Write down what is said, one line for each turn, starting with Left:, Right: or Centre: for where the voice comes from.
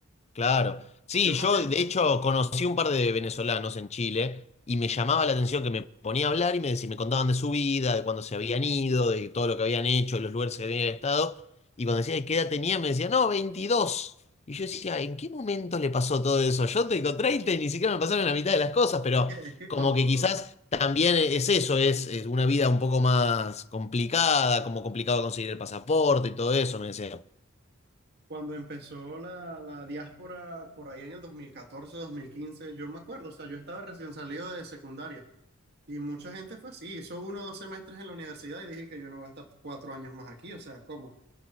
Left: Claro. Sí,
Right: Yo más
Left: yo
Right: bien
Left: de
Right: siento,
Left: hecho conocí un par de venezolanos en Chile y me llamaba la atención que me ponía a hablar y me, decí- me contaban de su vida, de cuándo se habían ido, de todo lo que habían hecho, de los lugares que habían estado. Y cuando decía, ¿qué edad tenía? Me decía, no, 22. Y yo decía, ¿en qué momento le pasó todo eso? Yo tengo 30 y ni siquiera me pasaron la mitad de las cosas, pero
Right: es que, es que
Left: como
Right: cuando,
Left: que quizás también es eso, es, es una vida un poco más complicada, como complicado conseguir el pasaporte y todo eso, me decía.
Right: cuando empezó la, la diáspora por ahí en el dos dos mil catorce dos mil quince yo me acuerdo, o sea, yo estaba recién salido de secundaria. Y mucha gente fue así, hizo uno o dos semestres en la universidad y dije que yo no voy a estar cuatro años más aquí, o sea, ¿cómo?